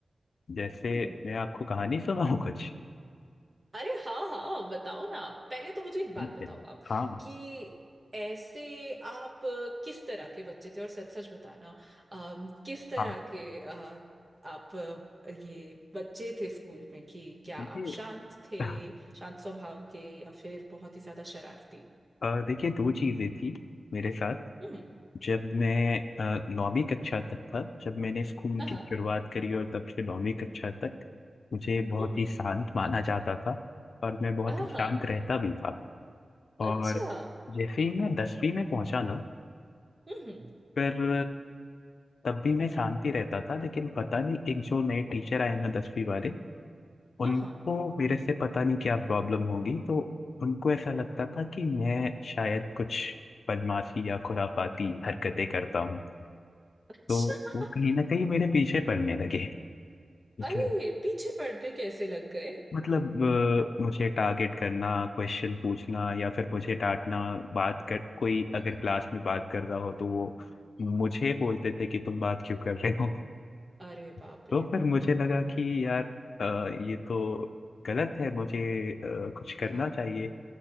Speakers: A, on the left (about 80°); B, on the right (about 25°).
A: जैसे
B: हम्म
A: मैं आपको कहानी सुनाऊं कुछ
B: अरे हाँ हाँ हाँ, बताओ ना आप पहले तो मुझे एक
A: ठीक
B: बात बताओ
A: है
B: आप
A: हाँ
B: कि ऐसे आप अ, किस तरह के बच्चे थे और सच सच बताना अम, किस तरह
A: हाँ
B: के अ, आप अ, ये बच्चे थे स्कूल में कि क्या
A: देखिए
B: आप शांत थे
A: <laughs>
B: शांत स्वभाव के या फिर बहुत ही ज्यादा शरारती
A: अ, देखिए दो चीज़ें थी मेरे साथ
B: हम्म
A: जब मैं अ, नौवीं कक्षा तक था जब मैंने स्कूल
B: हाँ हाँ
A: की शुरुआत करी और तब से नौवीं कक्षा तक मुझे बहुत
B: हम्म
A: ही शांत माना जाता था और मैं बहुत
B: हाँ
A: ही शांत
B: हाँ,
A: रहता भी था और
B: अच्छा
A: जैसे ही मैं दसवीं में पहुंचा ना
B: हम्म
A: पर तब भी मैं शांति रहता था लेकिन पता नहीं एक जो नए टीचर आए ना दसवीं वाले
B: हाँ
A: उनको
B: हाँ।
A: मेरे से पता नहीं क्या प्रॉब्लम होगी तो उनको ऐसा लगता था कि मैं शायद कुछ बदमाशी या खुराफाती हरकतें करता हूँ
B: अच्छा
A: तो वो कहीं ना कहीं मेरे पीछे पड़ने लगे ठीक
B: अरे
A: है
B: पीछे पड़ने कैसे लग गए
A: मतलब अ, मुझे टारगेट करना क्वेश्चन पूछना या फिर मुझे डांटना बात कर कोई अगर क्लास में बात कर रहा हो तो वो मुझे बोलते थे कि तुम बात क्यों कर रहे हो
B: अरे
A: <laughs>
B: बाप रे
A: तो फिर
B: बाप
A: मुझे
B: रे
A: लगा
B: बाप रे
A: कि यार अ, ये तो गलत है मुझे अ, कुछ करना
B: हाँ
A: चाहिए